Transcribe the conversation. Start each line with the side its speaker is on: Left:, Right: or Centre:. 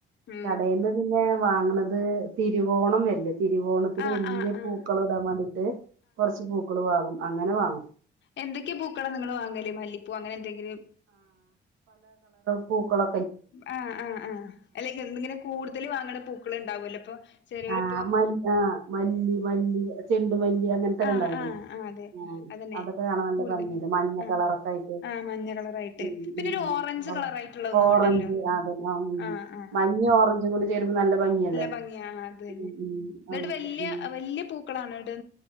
Left: ഉം
Right: കടൽന്ന് പിന്നെ വാങ്ങണത് തിരുവോണം വരില്ല തിരുവോണത്തിൽ
Left: ആഹ്
Right: വലിയ
Left: ആഹ് ആഹ്
Right: പൂക്കൾ ഇടാൻ വേണ്ടിട്ട് കുറച്ച് പൂക്കള് വാങ്ങും അങ്ങനെ വാങ്ങും
Left: എന്തൊക്കെയാ പൂക്കളം നിങ്ങള്ൾ വാങ്ങല്േ മല്ലിപ്പൂ അങ്ങനെ എന്തെങ്കിലും
Right: പൂക്കള
Left: ആഹ് ആഹ് ആഹ് അല്ലെങ്ക എങ്ങനെ കൂടുതൽ വാങ്ങണ പൂക്കൾ ഉണ്ടാവൂല്ലോ ഇപ്പൊ ചെലോരിപ്പോ
Right: ആ മ ആ മല്ലി മല്ലി ചെ ഉണ്ടുമല്ലി അങ്ങനത്തെൊക്കെ
Left: ആഹ്
Right: ഉണ്ടാവില്ലേ
Left: ആഹ് ആഹ് അതെ
Right: ആ
Left: അതന്നെ
Right: അതൊക്കെ കാണാൻ നല്ല
Left: കൂടുതൽ
Right: ഭംഗിയല്ല മഞ്ഞ
Left: ആഹ്
Right: കളറൊക്കെ ആയിട്ട്
Left: ആഹ് മഞ്ഞ കളറായിട്ട്
Right: ഉ
Left: പിന്നെ ഒരു ഓറഞ്ച്
Right: ഉ
Left: കളറായിട്ടുള്ള ഒന്നും
Right: ഓറഞ്ച്
Left: ഉണ്ടല്ലോ
Right: അതെല്ല ഉ
Left: ആഹ് ആഹ്
Right: മഞ് ഓറഞ്ച്ും കൂടി ചെയ നല്ല ഭംഗിയല്ലേ
Left: ഭംഗിയാ ആഹ് അത് തന്നെ
Right: ഉ ഉ
Left: എന്നിട്ട്
Right: അതൊക്കെ
Left: വല്യ
Right: ഉ
Left: വല്യ പൂക്കളാണോ ഇടാ